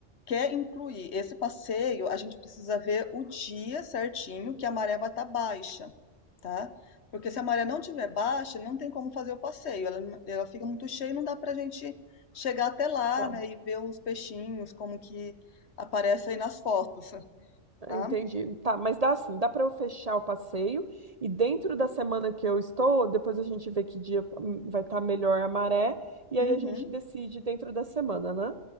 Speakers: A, on the left; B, on the right.
A: quer incluir esse passeio, a gente precisa ver o dia certinho que a maré vai estar baixa, tá? Porque se a maré não tiver baixa, não tem como fazer o passeio. Ela, n- ela fica muito cheia, e não dá pra gente chegar até lá,
B: Tá,
A: né? E ver os peixinhos, como que aparece aí nas fotos, <laughs> tá?
B: entendi. Tá, mas dá assim, dá para eu fechar o passeio e dentro da semana que eu estou, depois a gente vê que dia hum, vai estar melhor a maré e
A: Uhum.
B: aí a gente decide dentro da semana, né?